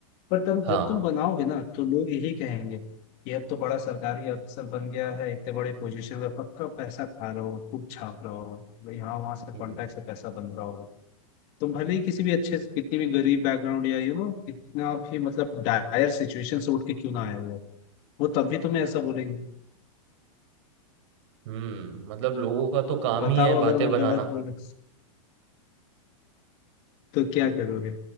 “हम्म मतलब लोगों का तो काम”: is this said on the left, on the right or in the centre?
Right